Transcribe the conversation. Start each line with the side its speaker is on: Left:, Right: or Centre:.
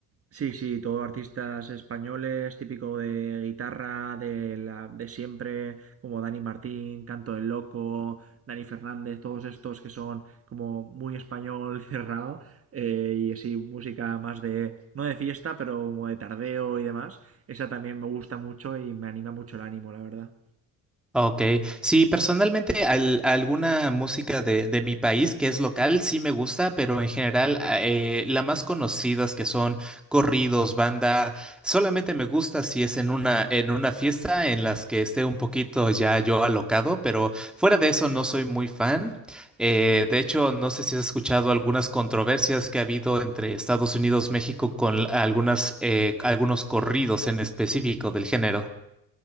Right: Sí, sí, todo artistas españoles, típico de guitarra, de la, de siempre, como Dani Martín, Canto del Loco, Dani Fernández, todos estos que son como muy español <laughs> cerrado, eh, y así música más de, no de fiesta, pero como de tardeo y demás. Esa también me gusta mucho y me anima mucho el ánimo, la verdad.
Centre: Ok, sí, personalmente al- alguna música de, de mi país que es local sí me gusta, pero en general a- eh, las más conocidas que son corridos, banda, solamente me gusta si es en una, en una fiesta en las que esté un poquito ya yo alocado, pero fuera de eso no soy muy fan. Eh, de hecho, no sé si has escuchado algunas controversias que ha habido entre Estados Unidos, México con algunas, eh, algunos corridos en específico del género.